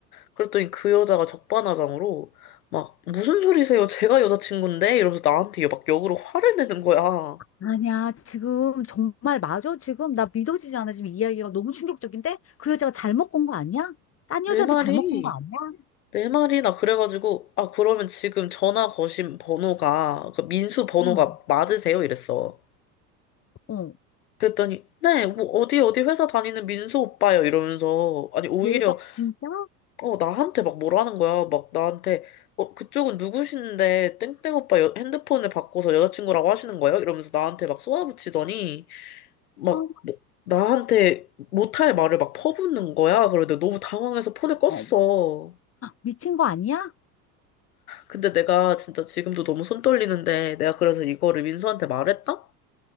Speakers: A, on the left; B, on the left.
A: 그랬더니 그 여자가 적반하장으로, 막, 무슨 소리세요? 제가 여자친구인데? 이러면서 나한테 막 역으로 화를 내는 거야.
B: 아니야, 지금 정말 맞아. 지금 나 믿어지지 않아. 지금 이야기가 너무 충격적인데? 그 여자가 잘못 건 거 아니야? 딴
A: 내
B: 여자한테
A: 말이.
B: 잘못 건 거 아니야?
A: 네 마리나 그래가지고 아 그러면 지금 전화 거신 번호가 그 민수 번호가
B: 응.
A: 맞으세요? 이랬어.
B: 어.
A: 그랬더니 네 뭐 어디 어디 회사 다니는 민수 오빠요 이러면서 아니 오히려
B: 대박, 진짜?
A: 어 나한테 막 뭐라는 거야 막 나한테 어 그쪽은 누구신데 땡땡 오빠 여- 핸드폰을 바꿔서 여자친구라고 하시는 거예요? 이러면서 나한테 막 쏘아붙이더니 막
B: 어.
A: 뭐- 나한테 못할 말을 막 퍼붓는 거야. 그런데 너무 당황해서 폰을 껐어.
B: 어. 미친 거 아니야?
A: 근데 내가 진짜 지금도 너무 손 떨리는데 내가 그래서 이거를 민수한테 말했다?